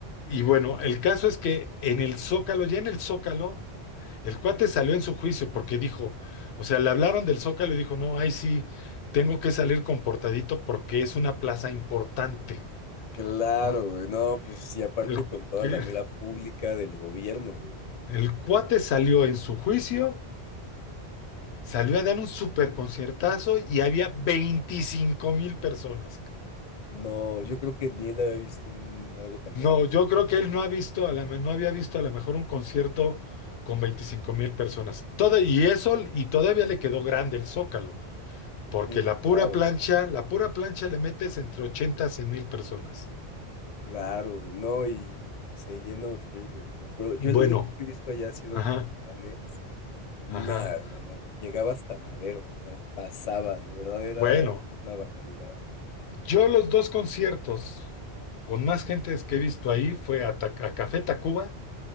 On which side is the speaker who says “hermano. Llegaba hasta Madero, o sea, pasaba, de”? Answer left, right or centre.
Left